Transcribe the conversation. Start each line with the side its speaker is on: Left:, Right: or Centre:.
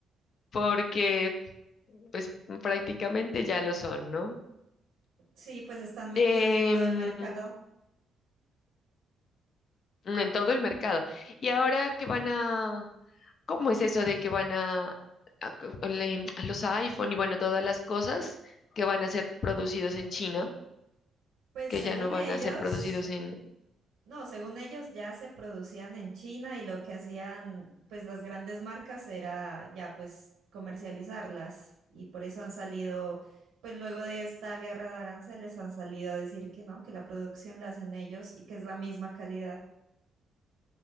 Left: porque pues prácticamente ya lo son, ¿no?
Right: Sí, pues están metidos
Left: Em,
Right: en todo el mercado.
Left: en todo el mercado.
Right: Ujú.
Left: Y ahora que van a, ¿cómo es eso de que van a, a co- le- a los iPhone y bueno, todas las cosas que van a ser producidos en China,
Right: Pues
Left: que
Right: según
Left: ya no van
Right: ellos,
Left: a ser producidos en...
Right: No, según ellos ya se producían en China y lo que hacían pues las grandes marcas era ya pues comercializarlas y por eso han salido pues luego de esta guerra de aranceles han salido a decir que no, que la producción la hacen ellos y que es la misma calidad.